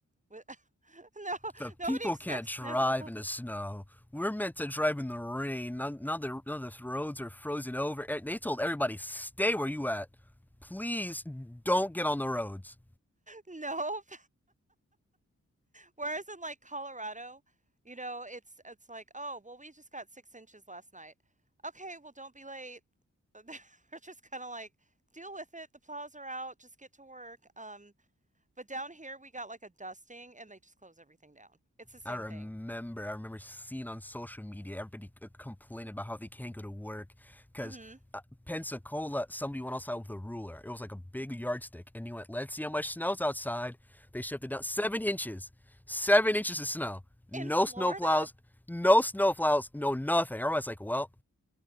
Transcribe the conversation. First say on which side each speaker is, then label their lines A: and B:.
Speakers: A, on the right; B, in the centre.
A: Wi- <laughs> No,
B: the
A: nobody
B: people
A: expects
B: can't drive
A: snows.
B: in the snow.
A: <laughs>
B: We're meant to drive in the rain. None, none, of the, none of the roads are frozen over. E- They told everybody, stay where you at. Please don't get on the roads.
A: Nope. Whereas in like Colorado, you know, it's it's like, oh, well, we just got six inches last night. Okay, well, don't be late. <laughs> They're just kind of like, deal with it. The plows are out. Just get to work. Um, but down here we got like a dusting, and they just close everything down. It's the same
B: I remember,
A: thing.
B: I remember seeing on social media everybody uh, complaining about how they can't go to work because
A: hmm
B: uh, Pensacola, somebody went outside with a ruler. It was like a big yardstick, and he went, "Let's see how much snow's outside." They shifted down seven inches, seven inches of snow. No
A: In Florida?
B: snow plows, no snow plows, no nothing. Everyone's like, "Well,